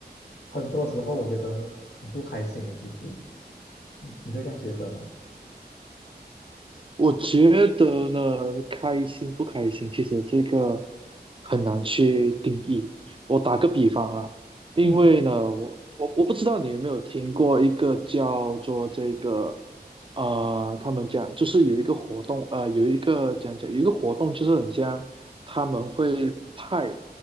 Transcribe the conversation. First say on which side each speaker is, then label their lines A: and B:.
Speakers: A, on the left; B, on the right.
A: 很多时候我觉得很不开心的，其实你会这样觉得吗？
B: 我觉得呢，开心不开心，其实这个很难去定义。我打个比方啊，因为呢，
A: 嗯
B: 我我我不知道你有没有听过一个叫做这个，呃，他们讲就是有一个活动，呃，有一个讲讲有一个活动，就是很像他们会派，